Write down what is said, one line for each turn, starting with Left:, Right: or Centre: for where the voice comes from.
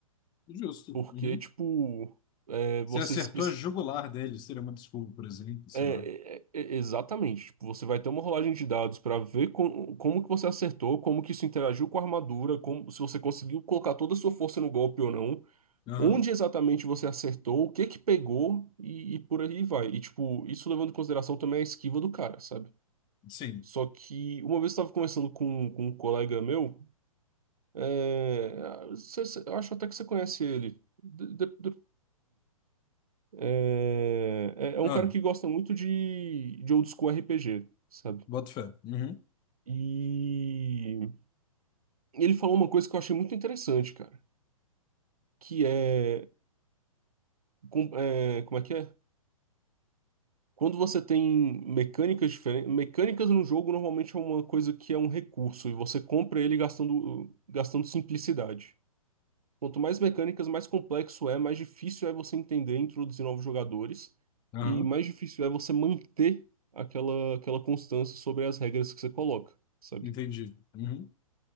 Left: Justo.
Right: Porque,
Left: Uhum.
Right: tipo, é,
Left: Você
Right: você
Left: acertou
Right: especifica.
Left: a jugular dele, seria uma desculpa, por exemplo, sei
Right: É,
Left: lá.
Right: é, é, exatamente. Tipo, você vai ter uma rolagem de dados para ver com- como que você acertou, como que isso interagiu com a armadura, como, se você conseguiu colocar toda a sua força no golpe ou não.
Left: Aham.
Right: onde exatamente você acertou, o que que pegou e, e por aí vai. E, tipo, isso levando em consideração também a esquiva do cara, sabe?
Left: Sim.
Right: Só que uma vez eu estava conversando com, com um colega meu, é, cê- cê- eu acho até que você conhece ele. De- de- de- é, é é
Left: Ah,
Right: um cara que gosta muito de, de old school RPG, sabe?
Left: boto fé. Uhum.
Right: E ele falou uma coisa que eu achei muito interessante, cara, que é, com- é como é que é? Quando você tem mecânicas diferentes, mecânicas no jogo normalmente é uma coisa que é um recurso e você compra ele gastando, gastando simplicidade. Quanto mais mecânicas, mais complexo é, mais difícil é você entender e introduzir novos jogadores
Left: Aham.
Right: e mais difícil é você manter aquela, aquela constância sobre as regras que você coloca, sabe?
Left: Entendi. Uhum.